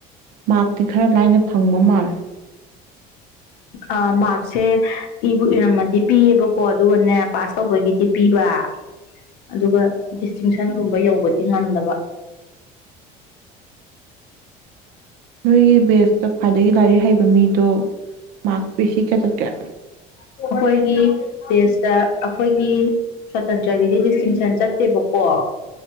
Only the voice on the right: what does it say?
ꯃꯥꯛꯇꯤ ꯈꯔ ꯂꯥꯏꯅ ꯐꯪꯕ ꯃꯥꯜꯂꯦ
ꯅꯣꯏꯒꯤ ꯕꯦꯁꯇ ꯈ꯭ꯋꯥꯏꯗꯒꯤ ꯂꯥꯏꯔꯤꯛ ꯍꯩꯕ ꯃꯤꯗꯣ ꯃꯥꯛ ꯄꯤ ꯁꯤ ꯀꯌꯥ ꯆꯠꯀꯦ